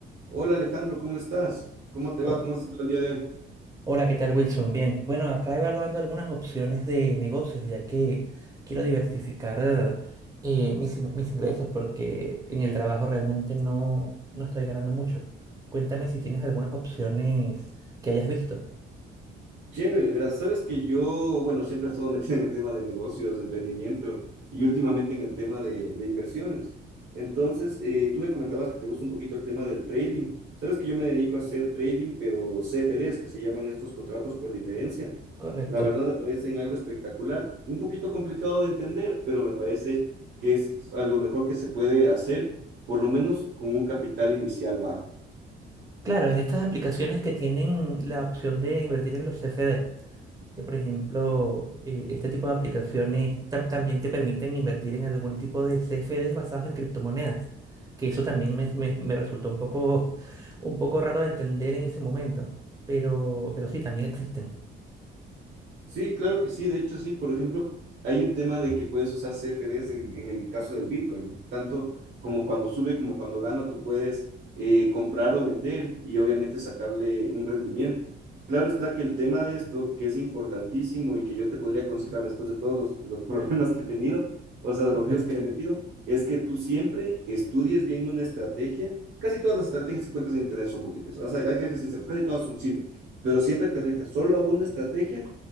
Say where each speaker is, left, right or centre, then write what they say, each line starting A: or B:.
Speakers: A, on the right; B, on the right.
A: Hola Alejandro, ¿cómo estás? ¿Cómo te
B: Ho-
A: va? ¿Cómo has estado el día de hoy?
B: hola, ¿qué tal, Wilson? Bien. Bueno, acá evaluando algunas opciones de negocios, ya que quiero diversificar eh, mis, in- mis ingresos, porque en el trabajo realmente no, no estoy ganando mucho. Cuéntame si tienes algunas opciones que hayas visto.
A: Chévere, verás, sabes que yo, bueno, siempre he estado <laughs> metido en el tema de negocios, de emprendimiento y últimamente en el tema de, de inversiones. Entonces, eh, tú me comentabas que te gusta un poquito el tema del trading. Sabes que yo me dedico a hacer trading, pero CFDs, que se llaman estos contratos por diferencia.
B: Correcto.
A: La verdad me parecen algo espectacular, un poquito complicado de entender, pero me parece que es a lo mejor que se puede hacer, por lo menos con un capital inicial bajo.
B: Claro, en estas aplicaciones que tienen la opción de invertir en los CFD. que, por ejemplo, eh, este tipo de aplicaciones tam- también te permiten invertir en algún tipo de CFDs basados en criptomonedas, que eso también me, me- me resultó un poco, <laughs> un poco raro de entender en ese momento, pero, pero sí, también existen.
A: Sí, claro que sí. De hecho, sí. Por ejemplo, hay un tema de que puedes usar CFDs en, en el caso del Bitcoin. Tanto como cuando sube como cuando gana, tú puedes eh, comprar o vender y obviamente sacarle un rendimiento. Claro está que el tema de esto, que es importantísimo y que yo te podría aconsejar después de todos los, los <laughs> problemas que he tenido, o sea,
B: Correcto.
A: de los líos que me he metido, es que tú siempre estudies bien una estrategia. Casi todas las estrategias que cuentas en Internet son útiles. O sea, hay que ser sinceros, casi todas son, sirven. Pero siempre te rijas solo a una estrategia